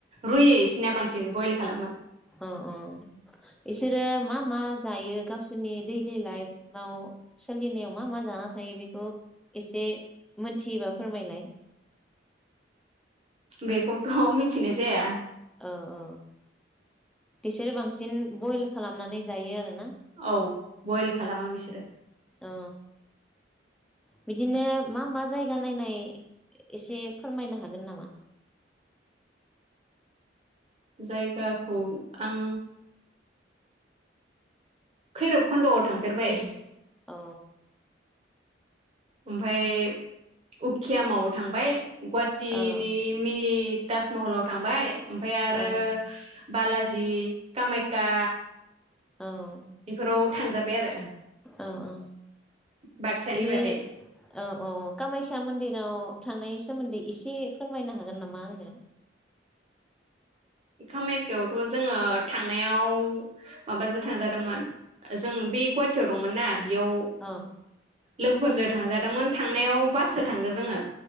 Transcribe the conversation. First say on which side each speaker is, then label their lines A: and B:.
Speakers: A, on the right; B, in the centre.
A: रुयो इसिनिया बांसिन बयेल खालामो।
B: अ अ इसोरो मा मा जायो, गावसोरनि दैलि लायेफआव सोलिनायाव मा मा जाना थायो बेखौ इसे मोनथियोबा फोरमायलाय।
A: बेखौथ मिथिनाय जाया।
B: औ औ बिसोरो बांसिन बयेल खालामनानै जायो आरो
A: औ बयेल खालामो बिसोरो।
B: अ बिदिनो मा मा जायगा नायनाय इसे फोरमायनो हागोन नामा?
A: जायगाखौ आं खैरोब खुन्दआव थांफेरबाय
B: औ
A: ओमफाय उखियामआव थांबाय। गुवाटिनि
B: औ
A: मिनि ताजमहलाव थांबाय ओमफाय आरो
B: औ
A: बालाजि, कामायका
B: औ
A: बेफोराव थांजाबाय आरो।
B: ओ ओ
A: बाक्सानि
B: इबे
A: बादै
B: औ औ कामाख्या मन्दिराव थांनायनि सोमोन्दै इसे फोरमायनो हागोन नामा आंनो।
A: कामाख्यावथ जोङो थांनायाव माबाजों थांजादोंमोन जों बे गुवाटियाव दंमोन ना बेयाव
B: अ
A: लोगोफोरजो थांजादोंमोन थांनायाव बास जो थांदों जोंङो।